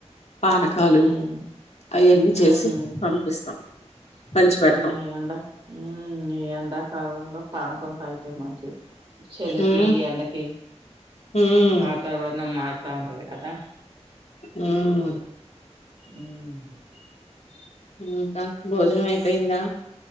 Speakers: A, on the left; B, on the right.
A: పానకాలు.
B: ఉమ్
A: అయ్యాన్నీ
B: ఉమ్
A: చేసి పంపిస్తాం. పంచి పెడతాం
B: ఉమ్ ఈ ఎండా, ఉమ్ ఈ ఎండాకాలంలో పానకం తాగిత్, తా మంచిది. చెలికి,
A: మ్మ్
B: ఎండకి
A: మ్మ్
B: వాతావరణం మార్, <unintelligible> కదా.
A: ఉమ్మ్.
B: ఉమ్మ్.
A: ఇంకా, భోజనం అయిపోయిందా.